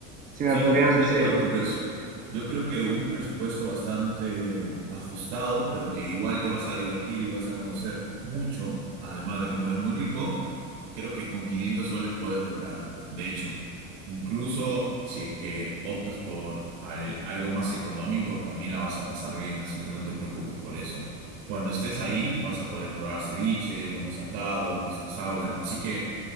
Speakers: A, on the right; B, on the right.
A: Si
B: Sí,
A: me podrías
B: no
A: decir.
B: te preocupes. Yo creo que un presupuesto bastante ajustado, pero que igual te vas a divertir y vas a conocer mucho, además de comer muy rico, creo que con 500 soles puedes lograrlo. De hecho, incluso si es que optas por al- algo más económico, también la vas a pasar bien, así que no te preocupes por eso. Cuando estés ahí, vas a poder probar ceviche, lomo saltado, pisco sour, así que